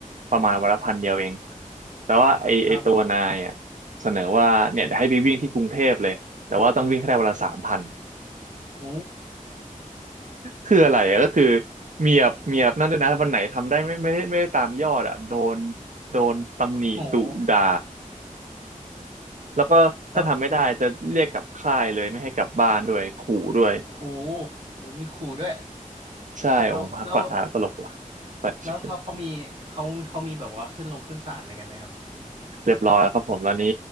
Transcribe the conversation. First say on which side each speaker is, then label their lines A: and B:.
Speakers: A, on the right (about 65°); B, on the right (about 45°).
A: ประมาณวันละพันเดียวเองแต่ว่าไอไอตัวนายอ่ะเสนอว่าเนี่ยจะให้ไปวิ่งที่กรุงเทพเลยแต่ว่าต้องวิ่งให้ได้วันละสามพัน
B: ครับโอ้
A: คืออะไรอะก็คือเมียบเมียบนั่นด้วยนะวันไหนทำได้ไม่ไม่ได้ไม่ได้ตามยอดอ่ะโดนโดนตำหนิดุด่า
B: โหโอ้โห
A: แล้วก็ถ้าทำไม่ได้จะเรียกกลับค่ายเลยไม่ให้กลับบ้านด้วยขู่ด้วย
B: แล้วโอ้โหมีขู่ด้วย
A: ใช่โอ้โหฟังอ่ะตลกว่ะแปลกชิบ
B: แล้วแล้ว แล้วเขาเขามีเขาเขามีแบบว่าขึ้นลงขึ้นศาลอะไรกันไหมครับ
A: เรียบร้อยแล้วครับผมตอนนี้